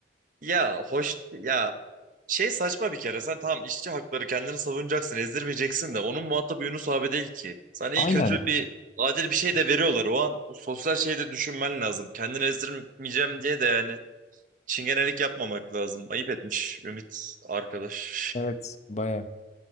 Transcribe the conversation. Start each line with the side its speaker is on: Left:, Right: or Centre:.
Right: ya hoş ya şey saçma bir kere sen tamam işçi hakları kendini savunacaksın ezdirmeyeceksin de onun muhatabı Yunus abi değil ki. Sana
Left: Aynen.
Right: iyi kötü bir adil bir şey de veriyorlar o an bu sosyal şeyi de düşünmen lazım. Kendini ezdirmeyeceğim diye de yani Çingenelik yapmamak lazım. Ayıp etmiş Ümit arkadaş.
Left: Evet. Baya.